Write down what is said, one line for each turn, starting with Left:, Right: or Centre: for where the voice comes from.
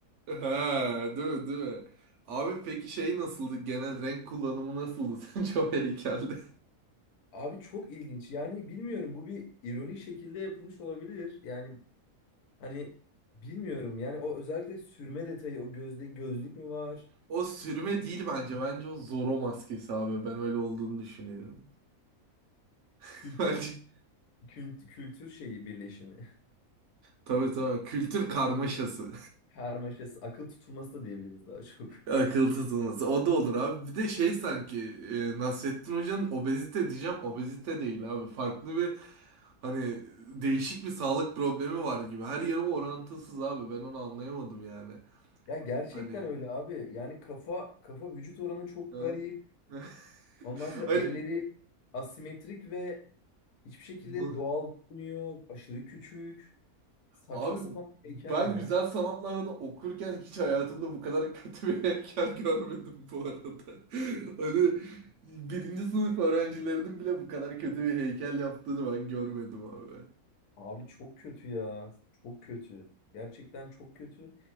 Right: Ha, değil mi, değil mi? Abi peki şey nasıldı? Genel renk kullanımı nasıldı <laughs> sence o heykelde?
Left: Abi çok ilginç. Yani bilmiyorum bu bir ironik şekilde yapılmış olabilir. Yani hani bilmiyorum. Yani o özellikle sürme detayı o gözde gözlük mü var?
Right: O sürme değil bence. Bence o Zorro maskesi abi. Ben öyle olduğunu düşünüyorum. <laughs>
Left: Kültür
Right: Bence
Left: kültür, kültür şeyi birleşimi.
Right: tabii tabii kültür karmaşası.
Left: <laughs> Karmaşası, akıl tutulması da diyebiliriz daha çok.
Right: Akıl tutulması. O da olur abi. Bir de şey sanki e, Nasrettin Hoca'nın obezite diyeceğim. Obezite değil abi. Farklı bir hani değişik bir sağlık problemi var gibi. Her yeri orantısız abi. Ben onu anlayamadım yani.
Left: Ya gerçekten
Right: Hani.
Left: öyle abi. Yani kafa kafa vücut oranı çok
Right: Ha?
Left: garip.
Right: <laughs>
Left: Ondan sonra
Right: Hani.
Left: elleri asimetrik ve hiçbir şekilde
Right: Mı?
Left: doğal durmuyor. Aşırı küçük. Saçma
Right: Abi
Left: sapan
Right: ben
Left: bir heykel ya.
Right: güzel sanatlarda da okurken hiç hayatımda bu kadar kötü bir heykel <laughs> görmedim bu arada. <laughs> Hani birinci sınıf öğrencilerinin bile bu kadar kötü bir heykel yaptığını ben görmedim abi.
Left: Abi çok kötü ya. Çok kötü. Gerçekten çok kötü.